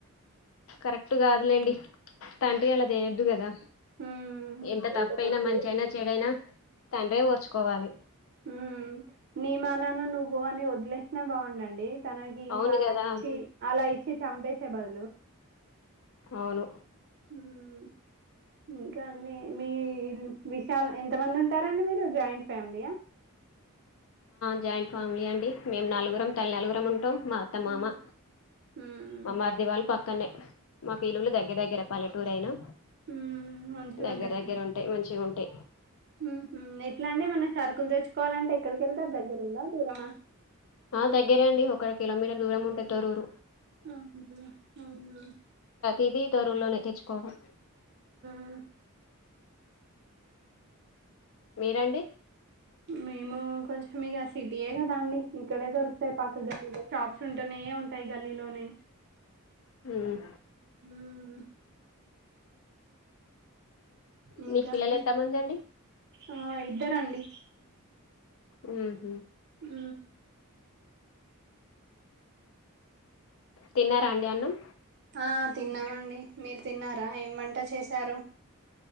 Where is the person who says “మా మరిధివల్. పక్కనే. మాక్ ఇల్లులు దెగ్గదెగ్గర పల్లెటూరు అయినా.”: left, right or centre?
Left